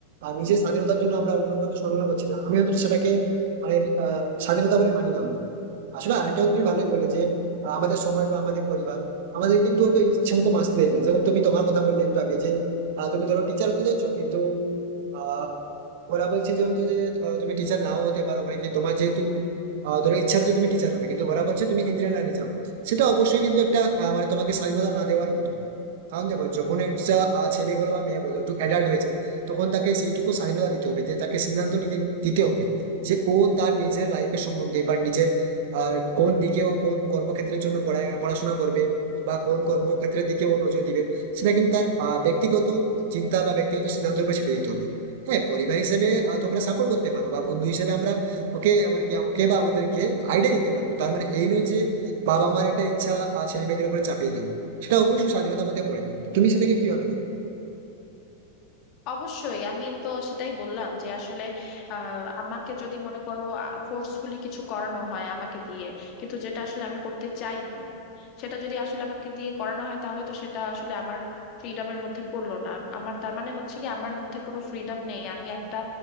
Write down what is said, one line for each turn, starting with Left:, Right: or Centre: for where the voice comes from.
Right: আহ, নিজের স্বাধীনতার জন্য আমরা অন্যকে তো সম্মান করছি না আমি অন্তত সেটাকে মানে আহ, স্বাধীনতা বলে মানি না আমরা। আসলে আরেকটা তুমি ভালোই বলে যে আহ, আমাদের সমাজ বা আমাদের পরিবার আমাদের কিন্তু অত ইচ্ছে মতো বাঁচতে দেয় না যেমন তুমি তোমার কথা বললে একটু আগে যে আহ, তুমি ধরো টিচার হতে চাইছো কিন্তু আহ ওরা বলছে যে হয়তো যে আহ, তুমি টিচার নাও হতে পারো মানে কি তোমার যেহেতু আহ, ধরো ইচ্ছা হচ্ছে তুমি টিচার হবে কিন্তু ওরা বলছে তুমি ইঞ্জিনিয়ার লাইনে যাও সেটা অবশ্যই কিন্তু একটা আহ, মানে তোমাকে স্বাধীনতা না দেওয়ার মতো কারণ দেখো যখন একটা আহ, ছেলে বলো বা মেয়ে বলো একটু অ্যাডাল্ট হয়েছে তখন তাকে সেইটুকু স্বাধীনতা দিতে হবে যে তাকে সিদ্ধান্ত নিতে দিতে হবে যে ও তার নিজের লাইফের সম্বন্ধে বা নিজের আহ কোন দিকে ও কোন কর্মক্ষেত্রের জন্য পড়া- পড়াশোনা করবে বা কোন কর্মক্ষেত্রের দিকে ও নজর দিবে সেটা কিন্তু তার আহ, ব্যক্তিগত চিন্তা বা ব্যক্তিগত সিদ্ধান্তের উপর ছেড়ে দিতে হবে হ্যাঁ পরিবার হিসেবে আহ, তোমরা সাপোর্ট করতে পারো বা বন্ধু হিসেবে আমরা ওকে মানে কি ওকে বা আমাদেরকে আইডিয়া দিতে পারবো তার মানে এই নয় যে বাবা মার একটা ইচ্ছা আহ, ছেলে মেয়েদের উপরে চাপিয়ে দেন সেটা অবশ্যই স্বাধীনতার মধ্যে পড়ে না তো তুমি সেটাকে কিভাবে দেখো
Left: অবশ্যই আমি তো সেটাই বললাম যে আসলে আহ, আমাকে যদি মনে করো ফোর্সফুলি কিছু করানো হয় আমাকে দিয়ে কিন্তু যেটা আসলে আমি করতে চাইনি সেটা যদি আসলে আমাকে দিয়ে করানো হয় তাহলে তো সেটা আসলে আমার ফ্রিডমের মধ্যে পড়লো না আম- আমার তার মানে হচ্ছে কি আমার মধ্যে কোনো ফ্রিডম নেই আমি একটা